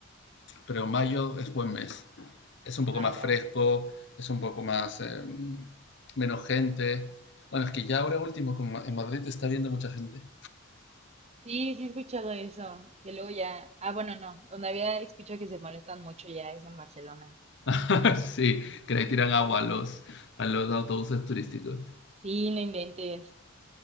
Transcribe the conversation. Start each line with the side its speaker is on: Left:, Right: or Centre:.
Left: pero mayo es buen mes. Es un poco
Right: ah,
Left: más
Right: va.
Left: fresco, es un poco más eh, menos gente. Bueno, es que ya ahora último en Madrid está viendo mucha gente.
Right: Sí, sí he escuchado eso, que luego ya, ah, bueno, no, donde había escuchado que se molestan mucho ya es en Barcelona.
Left: <laughs> sí, que le tiran agua a los, a los autobuses turísticos.
Right: Sí, no inventes,